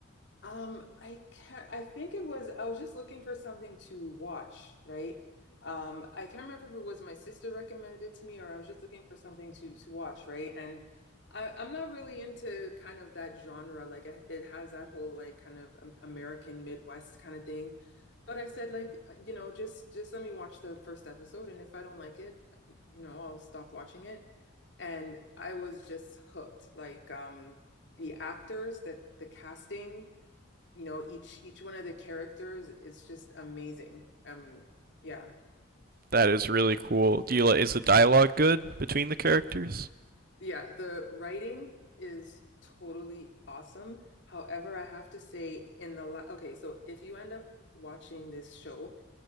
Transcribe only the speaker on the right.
that is really cool? Do you li- is the dialogue good between the characters?